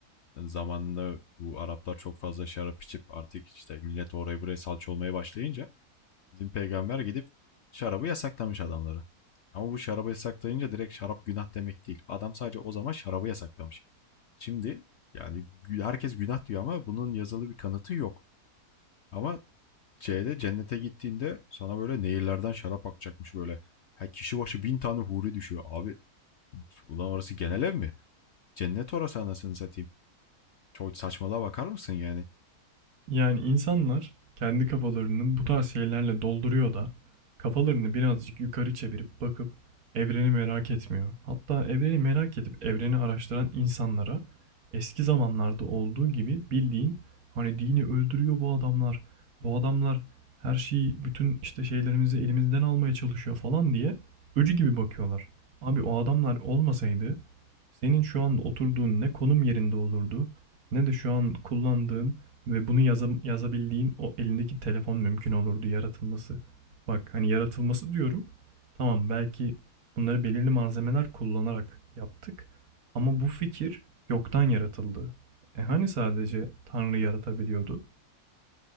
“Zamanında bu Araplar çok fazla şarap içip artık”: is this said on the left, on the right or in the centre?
Left